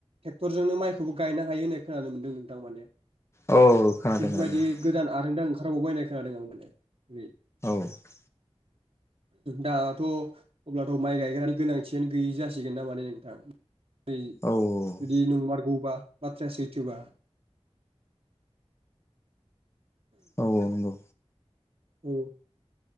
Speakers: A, on the right (about 65°); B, on the left (about 25°).
A: टेक्टरजोंनो माइखौबो गायनो हायो होननाय खोनानो मोन्दों नोंथां माने।
B: औ खोनादों
A: बेफोरबायदि
B: खोनादों
A: गोदान आ नोंदां ओंखारबावबाय होननाय खोनादों आं माने ओरै
B: औ
A: दाथ' अब्लाथ' माइ गायग्रानि गोनांथियानो गैयि जासिगोन ना माने नोंथां। नै
B: औ
A: जुदि नोंबा गौबा बााथ्रायासै जोबा।
B: औ नंगौ
A: औ।